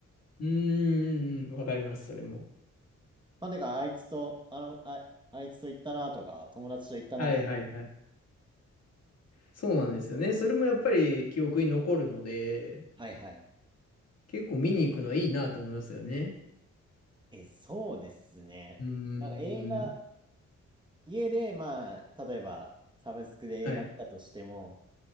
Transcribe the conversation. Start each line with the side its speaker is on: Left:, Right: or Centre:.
Left: うん。うん。うんわかります、それも。
Right: まあ、てか、あいつと、あの、あ、あいつと行ったなとか、友達と行ったなとか。
Left: はいはいはい。そうなんですよね。それもやっぱり記憶に残るので、
Right: はいはい。
Left: 結構見に行くのいいなと思いますよね。
Right: え、そうですね。
Left: うー
Right: なんか映画、
Left: ん。
Right: 家で、まあ、例えば、サブスクで映画見たとしても、
Left: はい。